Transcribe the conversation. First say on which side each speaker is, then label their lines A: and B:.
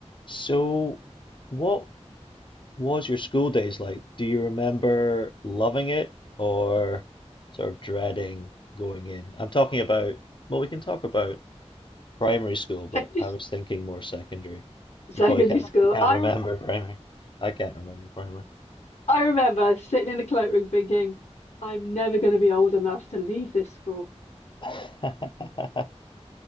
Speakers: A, on the left (about 45°); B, on the left (about 70°).
A: So, what was your school days like? Do you remember loving it or sort of dreading going in? I'm talking about, well, we can talk about primary school, but
B: Secondary,
A: I was thinking more secondary.
B: secondary
A: You probably can't,
B: school.
A: we can't
B: I
A: remember
B: re-
A: <laughs> primary. I can't remember primary.
B: I remember sitting in the cloakroom thinking, I'm never going to be old enough to leave this school.
A: <laughs>